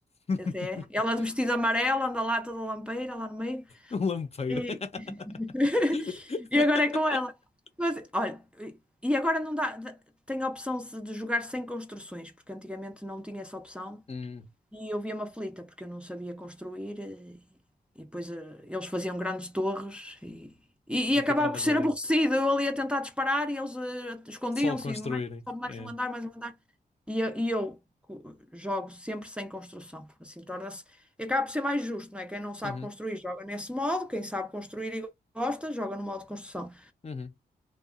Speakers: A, on the left (about 35°); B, in the centre.
A: <laughs>
B: Até. Ela de vestido amarelo, anda lá toda lampeira, lá no meio.
A: Lampeira.
B: E, <laughs>
A: <laughs>
B: e agora é com ela. Mas, olha, e agora não dá. Tem a opção se- de jogar sem construções, porque antigamente não tinha essa opção.
A: Hum,
B: E eu via-me aflita porque eu não sabia construir eh, e, depois eh, eles faziam grandes torres e, e,
A: tu
B: e acabava
A: ficavas
B: por ser
A: ali.
B: aborrecido. Eu ali a tentar disparar e eles eh, escondiam-se
A: Só construírem.
B: e mais, sobe mais
A: É.
B: um andar, mais um andar. E, eu e eu co- jogo sempre sem construção. Assim torna-se. e Acaba por ser mais justo, não é? Quem não sabe
A: Uhum,
B: construir joga nesse modo, quem sabe construir e gosta joga no modo de construção.
A: uhum.